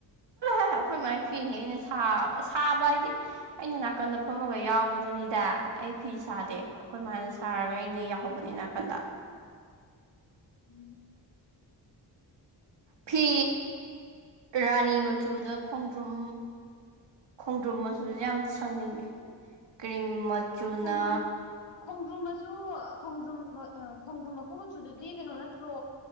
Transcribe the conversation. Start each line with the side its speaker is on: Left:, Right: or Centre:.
Right: ꯑꯦ ꯑꯩꯈꯣꯏꯃꯥꯏ ꯐꯤꯅꯦ ꯑꯩꯅ ꯁꯥ ꯑ ꯁꯥꯕ ꯍꯥꯏꯗꯤ ꯑꯩꯅ ꯅꯥꯀꯟꯗ ꯐꯝꯃꯒ ꯌꯥꯎꯕꯗꯨꯅꯤꯗ ꯑꯩ ꯐꯤ ꯁꯥꯗꯦ ꯑꯩꯈꯣꯏ ꯃꯥꯅ ꯁꯥꯔꯒ ꯑꯩꯅ ꯌꯥꯎꯍꯧꯕꯅꯦ ꯅꯥꯀꯟꯗ
Left: ꯎꯝ
Right: ꯐꯤ ꯔꯥꯅꯤ ꯃꯆꯨꯗ ꯈꯣꯡꯗ꯭ꯔꯨꯝ ꯈꯣꯡꯗ꯭ꯔꯨꯝ ꯃꯆꯨꯁꯦ ꯌꯥꯝ ꯁꯪꯅꯤꯡꯉꯦ ꯀ꯭ꯔꯤꯝ ꯃꯆꯨꯅ
Left: ꯈꯣꯡꯗ꯭ꯔꯨꯝ ꯈꯣꯡꯗ꯭ꯔꯨꯝ ꯃꯆꯨ ꯈꯣꯡꯗ꯭ꯔꯨꯝ ꯃ ꯑ ꯈꯣꯡꯗ꯭ꯔꯨꯝ ꯃꯀꯨ ꯃꯆꯨꯗꯨꯗꯤ ꯀꯩꯅꯣ ꯅꯠꯇ꯭ꯔꯣ